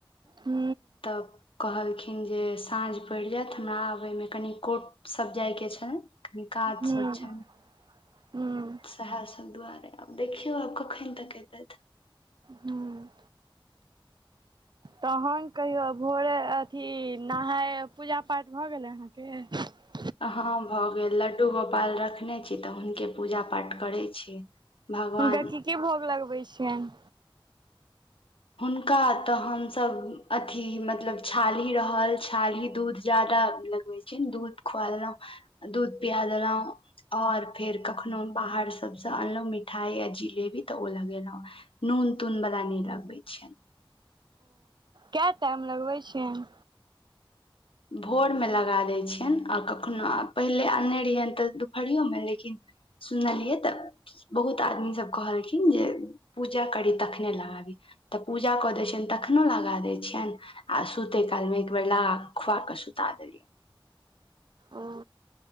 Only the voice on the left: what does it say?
त कहलखिन जे साँझ पड़ि जायत हमरा आबयमे कनि कोट सब जायके छै कनि काज
सब छैन
सेहा सब दुआरे आब देखियौ आब कखन तक अतय
हाँ भऽ गेल लड्डू गोपाल रखने छी तऽ हुनके पूजा पाठ करैत छी भगवान
हुनका तऽ हमसभ अथी मतलब छालही रहल छालही दूध जा लगबै छै दूध खुआ देलहुं दूध पिया देलहुं और फेर कखनो बाहर सबसं अनलहु मिठाई या जिलेबी तऽ ओ लगेलहुं तुन-तून बला न लगबै छियै
भोरमे लगा दैत छियनि आ कखनो आ पहिले आनने रहियनि तऽ दुपहरियोमे लेकिन सुनलियै तऽ बहुत आदमी सब कहलखिन जे पूजा करी तखने लगाबी तऽ पूजा कऽ दै छियनि तखनो लगा दै छियनि आ सुते काल मे एक बेर लागाके खुआ कऽ सुता देलियनि